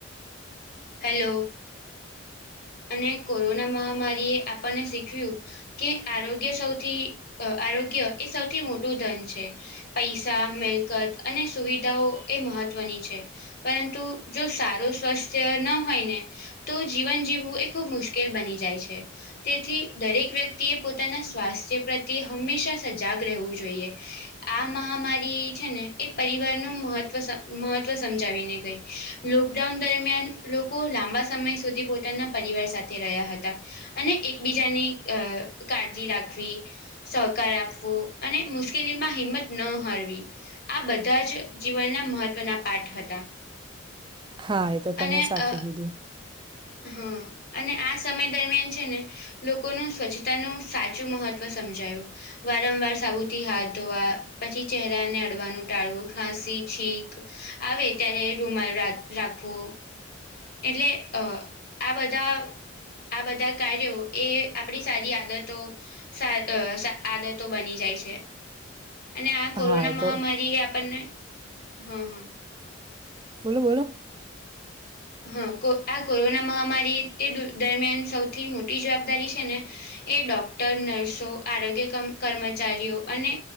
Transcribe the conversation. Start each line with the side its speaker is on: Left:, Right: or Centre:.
Left: હલો અને કોરોના મહામારીએ આપણને શીખવ્યું કે આરોગ્ય સૌથી આરોગ્ય એ સૌથી મોટું ધન છે. પૈસા મિલકત અને સુવિધાઓ એ મહત્વની છે. પરંતુ જો સારું સ્વસ્થ ય ન હોય ને તો જીવન જીવવું એ ખૂબ મુશ્કેલ બની જાય છે. તેથી દરેક વ્યક્તિ એ પોતાના સ્વાસ્થ્ય પ્રત્યે હંમેશા સજાગ રહેવું જોઈએ. આ મહામારી છે ને એ પરિવારનુ મહત્વ મહત્વ સમજાવીને ગઈ લોકડાઉન દરમિયાન લોકો લાંબા સમય સુધી પોતાના પરિવાર સાથે રહ્યા હતા. અને એકબીજાની અ કાળજી રાખવી સહકાર આપવો અને મુશ્કેલીમાં હિંમત ન હારવી. આ બધા જ જીવનના મહત્ત્વના પાઠ હતા.
Right: હા એ તો તમે
Left: અને
Right: સાચું
Left: અ
Right: કીધું.
Left: હા અને આ સમય દરમિયાન છે ને લોકોનું સ્વચ્છતાનું સાચું મહત્ત્વ સમજાયું વારંવાર સાબુથી હાથ ધોવા પછી ચહેરાને અડવાનું ટાળવું ખાંસી છીક આવે ત્યારે રૂમાલ રાખવો એટલે અ આ બધા આ બધા કાર્યો એ આપણી સારી આદતો <inaudible> આદતો બની જાય છે. અને આ કોરોના
Right: હા એ
Left: મહામારી
Right: તો
Left: એ આપણને હા હા
Right: બોલો બોલો
Left: હા કો આ કોરોના મહામારી એ દરમિયાન સૌથી મોટી જવાબદારી છે ને એ ડોક્ટર, નર્સો, આરોગ્ય કમ કર્મચારીઓ અને